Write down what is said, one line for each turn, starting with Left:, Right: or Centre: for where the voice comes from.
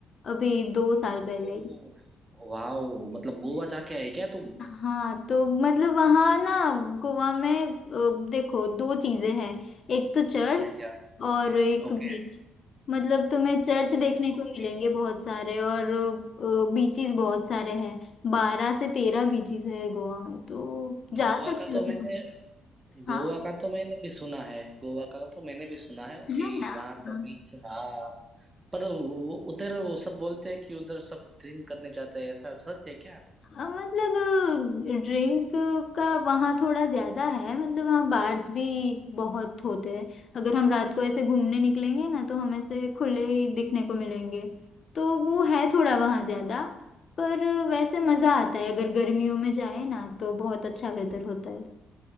Left: अभी दो साल
Right: ओ
Left: पहले
Right: वाओ मतलब गोवा जाके आए क्या तुम
Left: हाँ तो मतलब वहाँ ना गोवा में अ, देखो दो चीजें हैं एक तो चर्च
Right: क्या क्या
Left: और एक
Right: Okay
Left: बीच मतलब तुम्हें चर्च देखने को
Right: okay
Left: मिलेंगे बहुत सारे और बीचेस बहुत सारे हैं बारह से तेरह बीचेस है गोवा में तो
Right: गोवा
Left: जा सकते
Right: का
Left: हो
Right: तो मैंने
Left: तुम
Right: गोवा
Left: हाँ
Right: का तो मैंने भी सुना है गोवा का तो मैंने भी सुना है
Left: है
Right: कि
Left: ना
Right: वहाँ का
Left: हाँ।
Right: बीच हाँ पर वो उधर वो सब बोलते हैं कि उधर सब ड्रिंक करने जाते हैं ऐसा सच है क्या
Left: हाँ मतलब ड्रिंक का वहाँ थोड़ा ज्यादा है मतलब वहाँ बार्स भी बहुत होते हैं अगर हम रात को ऐसे घूमने निकलेंगे ना तो हम ऐसे खुले ही दिखने को मिलेंगे तो वो है थोड़ा वहाँ ज्यादा पर वैसे मजा आता है अगर गर्मियों में जाए ना तो बहुत अच्छा वेदर होता है